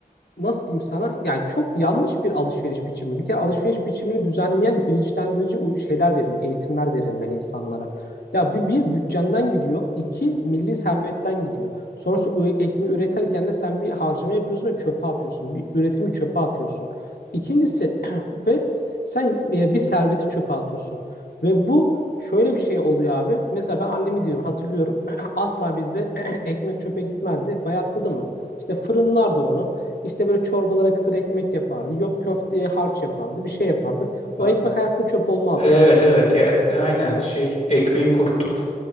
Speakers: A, on the left (about 90°); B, on the left (about 50°).
A: nasıl diyeyim sana yani çok yanlış bir alışveriş biçimi. Bir kere alışveriş biçimini düzenleyen bilinçlendirici uy- şeyler verilmeli, eğitimler verilmeli insanlara. Ya bir, bir bütçenden gidiyor, iki milli servetten gidiyor. Sonuçta o ekmeği üretirken de sen bir harcama yapıyorsun ve çöpe atıyorsun. Bir üretimi çöpe atıyorsun. İkincisi <clears throat> ve sen e, bir serveti çöpe atıyorsun. Ve bu şöyle bir şey oluyor abi. Mesela ben annemi diyorum hatırlıyorum. <clears throat> Asla bizde ekmek çöpe gitmezdi. Bayatladı mı? İşte fırınlardı onu. İşte böyle çorbalara kıtır ekmek yapardı. Yok köfteye harç yapardı. Bir şey yapardı. O
B: Ha,
A: ekmek hayatta çöp olmazdı.
B: Evet evet ya aynen şey ekmeği kurutup